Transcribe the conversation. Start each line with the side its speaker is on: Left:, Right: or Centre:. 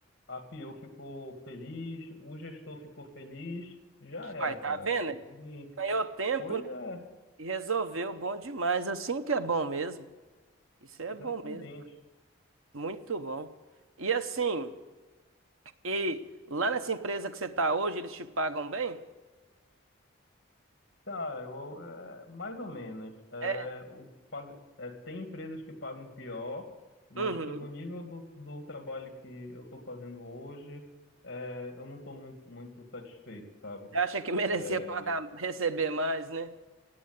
Left: a PO ficou feliz, o gestor ficou feliz, já era,
Right: Vai, tá
Left: cara.
Right: vendo
Left: Eu
Right: aí?
Left: fiz em...
Right: Ganhou tempo,
Left: Pois é,
Right: E resolveu, bom demais. Assim que é bom mesmo. Isso é
Left: exatamente.
Right: bom mesmo, muito bom. E assim, e lá nessa empresa que você tá hoje, eles te pagam bem?
Left: Cara, eu, é, mais ou menos. É,
Right: É.
Left: o, pag- é, tem empresas que pagam pior, mas
Right: Uhum.
Left: pelo nível do, do trabalho que eu estou fazendo hoje, é, eu não estou muito, muito satisfeito, sabe?
Right: Você acha que <laughs> merecia
Left: É,
Right: pagar, receber mais, né?